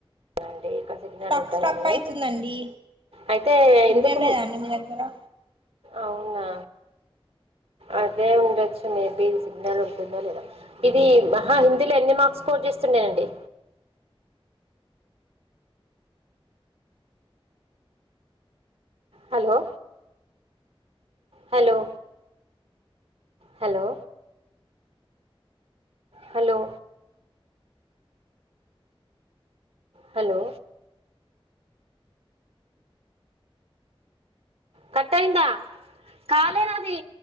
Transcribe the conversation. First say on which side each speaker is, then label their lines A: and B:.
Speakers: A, on the right; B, on the right.
A: అ అండి ఇక్కడ సిగ్నల్
B: స్ట్రక్
A: ఉంటదండి
B: స్ట్రక్ అయితుందండి
A: అయితే
B: సిగ్నల్
A: ఎందుకుం
B: లేదండి మీ దగ్గర
A: అవునా అదే ఉండొచ్చు మేబి సిగ్నల్ ఉంటుందో లేదో ఇది మహా హిందీలో ఎన్ని మార్క్స్ స్కోర్ చేస్తుండేనండి hello hello hello hello hello cut అయిందా కాలేదది